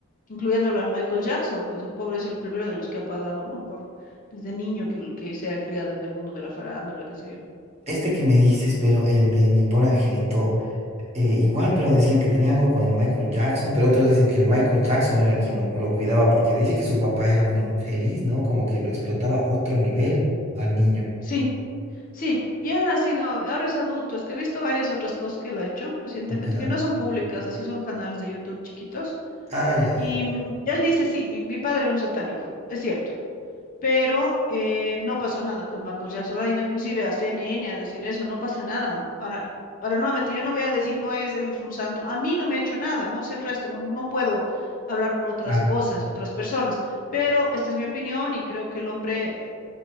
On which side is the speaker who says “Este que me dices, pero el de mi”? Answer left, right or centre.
Right